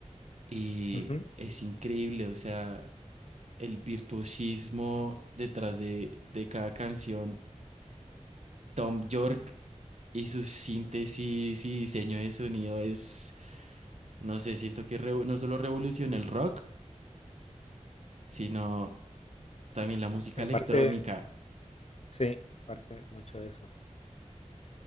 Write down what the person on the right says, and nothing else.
y
es increíble, o sea, el virtuosismo detrás de, de cada canción. Tom York y su síntesis y diseño de sonido es, no sé, siento que revo- no solo revolucionó el rock, sino también la música
electrónica.